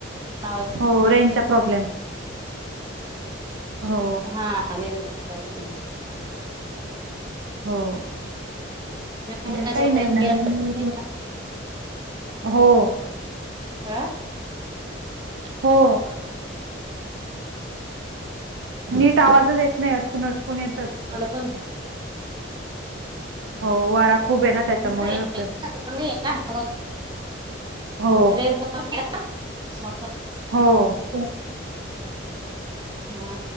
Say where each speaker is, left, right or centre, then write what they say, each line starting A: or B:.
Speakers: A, on the right (about 20°); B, on the right (about 65°).
A: आवाज
B: हो रेंजचा प्रॉब्लेम हो
A: हा रेंज चा पव ना
B: हो
A: उन्हाचं
B: द्या काही
A: वगैरे
B: नाही नवीन
A: गेलं का?
B: हो.
A: आ?
B: हो. नीट आवाजच येत नाही अटकून अट ण येतात तेव्हा.
A: मला पण
B: हो वारा खूप
A: <unintelligible>
B: आहे ना त्याच्यामुळे
A: कमी
B: असेल
A: हाय ना आवाज?
B: हो
A: रेंज चा प्रॉब्लेम. वा <unintelligible>
B: हो.
A: हा.